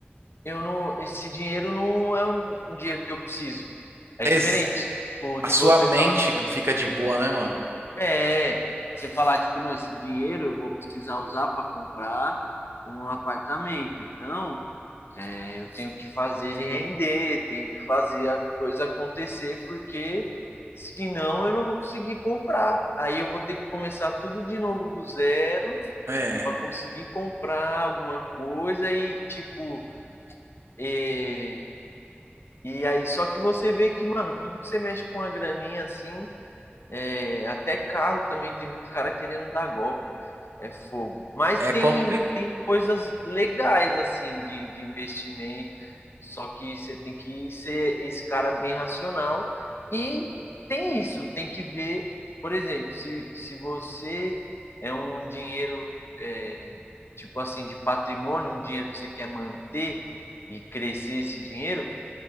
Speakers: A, on the left; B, on the right.
A: eu não, esse dinheiro não é um, um dinheiro que eu preciso. É
B: Ex-
A: diferente, tipo, de
B: A sua
A: você
B: mente
A: falar.
B: fica de boa, né, mano?
A: É, você falar, tipo, não, esse dinheiro eu vou precisar usar para comprar um apartamento. Então, é, eu tenho que fazer ele render, tenho que fazer a coisa acontecer, porque senão eu não vou conseguir comprar. Aí eu vou ter que começar tudo de novo do zero
B: É.
A: para conseguir comprar alguma coisa e, tipo, é, e aí, só que você vê que, mano, tudo que você mexe com a graninha assim, é, até carro também tem muito cara querendo dar golpe. É fogo. Mas
B: É
A: tem,
B: complicado.
A: tem coisas legais, assim, de, de investimento. Só que você tem que ser esse cara bem racional. E tem isso, tem que ver, por exemplo, se, se você é um dinheiro, é, tipo assim, de patrimônio, um dinheiro que você quer manter e crescer esse dinheiro,